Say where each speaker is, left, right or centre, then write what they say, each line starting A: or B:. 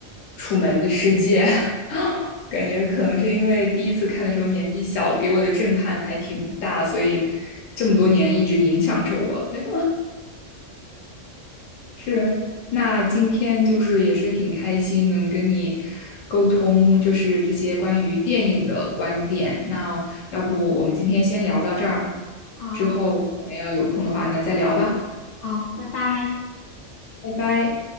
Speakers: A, on the left; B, on the left.
A: 《楚门的世界》，<laughs> 感觉可能是因为第一次看的时候年纪小，给我的震撼还挺大，所以这么多年一直影响着我。对。是，那今天就是也是挺开心能跟你沟通，就是这些关于电影的观点。那要不我们今天先聊到这儿，
B: 好
A: 之后我们要有空的话，那再聊吧，
B: 好，拜拜。
A: 拜拜。